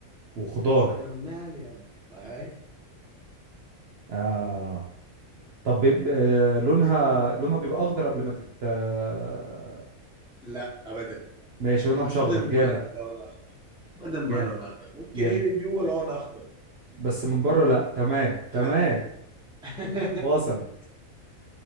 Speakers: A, on the right; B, in the centre.
A: وخضار
B: اسمها رنان يعني هاي
A: آه طب بيبقى لونها لونها بيبقى اخضر قبل ما تت آه،
B: لا أبدا
A: ماشي لونها مش
B: أبدا
A: اخضر
B: ما
A: جامد
B: لون أخضر أبدا ما
A: جامد
B: لون أخضر ممكن
A: جامد
B: هنا من جوا لون أخضر
A: بس من بره لا تمام تمام
B: لا <laughs>
A: وصلت